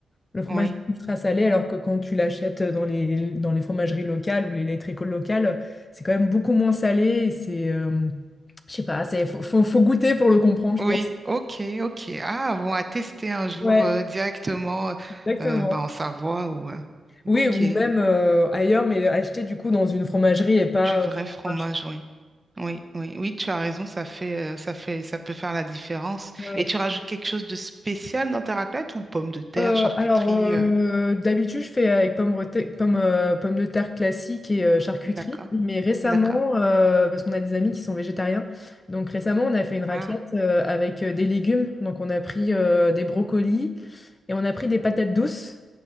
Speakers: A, on the left (about 30°); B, on the right (about 20°).
A: Le fromage
B: oui,
A: est ultra salé, alors que quand tu l'achètes dans les, dans les fromageries locales ou les laiteries locales, c'est quand même beaucoup moins salé et c'est... euh, je sais pas, c'est, faut, faut faut goûter pour le comprendre,
B: oui,
A: je pense.
B: ok, ok. Ah, bon, à tester un jour
A: Ouais,
B: euh, directement euh,
A: exactement.
B: euh, bah, en Savoie ou... euh,
A: Oui,
B: ok,
A: ou même euh, ailleurs, mais acheter du coup dans une fromagerie et pas
B: du vrai
A: au
B: fromage,
A: marché.
B: oui. Oui, oui, oui, tu as raison, ça fait, euh, ça fait, ça peut faire la différence.
A: Ouais.
B: Et tu rajoutes quelque chose de spécial dans ta raclette ou pommes de terre,
A: Euh,
B: charcuterie
A: alors, euh,
B: euh,
A: d'habitude, je fais avec pommes, rete- pommes, euh, pommes de terre classiques et euh, charcuterie.
B: D'accord,
A: Mais récemment,
B: d'accord.
A: euh, parce qu'on a des amis qui sont végétariens, donc récemment, on a fait une raclette
B: Ah,
A: euh, avec euh, des légumes. Donc, on a pris euh, des brocolis et on a pris des patates douces.